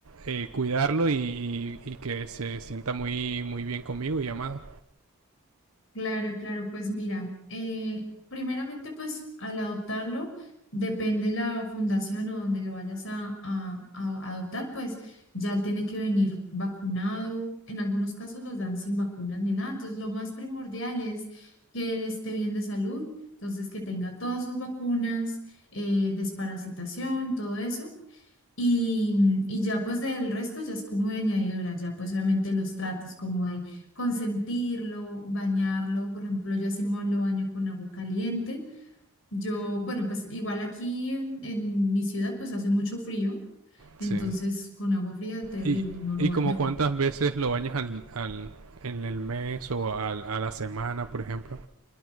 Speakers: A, on the right; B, on the left.
A: eh, cuidarlo y, y- y que se sienta muy, muy bien conmigo y amado.
B: Claro, claro, pues mira, eh, primeramente pues al adoptarlo, depende la fundación o donde lo vayas a, a- a adoptar, pues ya él tiene que venir vacunado, en algunos casos los dan sin vacunas ni nada, entonces lo más primordial es que él esté bien de salud, entonces que tenga todas sus vacunas, eh, desparasitación, todo eso. Y, y ya pues del resto ya es como de añadidura, ya pues obviamente los tratos como de consentirlo, bañarlo, por ejemplo yo a Simón lo baño con agua caliente, yo, bueno pues igual aquí en, en mi ciudad pues hace mucho frío, entonces
A: Sí.
B: con agua fría terrible,
A: Y,
B: no lo
A: y
B: baño,
A: como cuántas veces lo bañas al, al- en el mes o al- a la semana, por ejemplo.